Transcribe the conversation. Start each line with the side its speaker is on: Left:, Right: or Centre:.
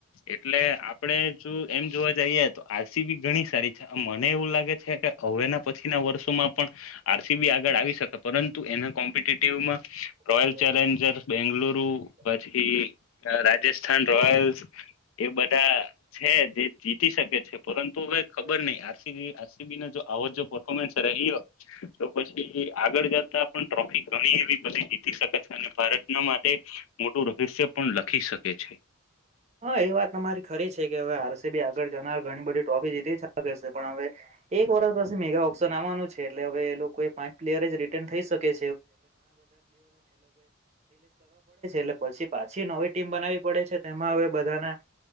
Left: એટલે આપડે જો એમ જોવા જઈએ તો આરસી બી ઘણી સારી છે મને એવું લાગે છે. કે હવેના પછી ના વર્ષોમાં પણ આરસીબી આગળ આવી શકે પરંતુ એના કો મ્પિટીટીવ માંરોયલ
Right: કલ્ચર
Left: ચેલેન્જર્સ
Right: અને
Left: બેંગલુરુ
Right: ઘણી
Left: પછી રાજસ્થાન રોયલસ
Right: એવી બધી
Left: એ બધા છે જે જીતી શકે છે પરંતુ હવે ખબર
Right: બાળકો
Left: નહ આરસી આરસીબીને જો આવો જો પર્ફોમન્સ રહી્યો તો પછી આગળ જતા પણ ટ્રોફી ગણી એવી પછી જીતી જીતી શકે છે અને ભારતના માટે મોટું રહસ્ય પણ લખી શકે છે
Right: હા એ વાત તમારી ખરી છે કે હવે આરસી બી આગળ જનાર ઘણી બધી ટ્રોફી જીતીલ કરશે પણ હવે એક વર્ષ પછી મેગા ઓપ્શન આવવાનું છે એટલે હવે એ લોકો પાંચ પ્લેયર <unintelligible> પડે છે એટલે પછી પાછી નવી ટીમ બનાવી પડે છે તેમાં હવે બધાના